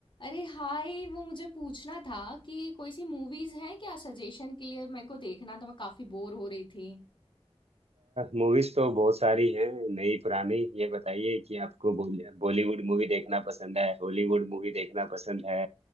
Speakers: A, on the left (about 50°); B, on the right (about 75°).
A: अरे हाय वो मुझे पूछना था कि कोई सी मूवीज हैं क्या सजेशन के लिए मेरे को देखना था मैं काफी बोर हो रही थी
B: Movies तो बहुत सारी हैं नई पुरानी ये बताइए कि आपको बॉल- बॉलीवुड मूवी देखना पसंद है हॉलीवुड मूवी देखना पसंद है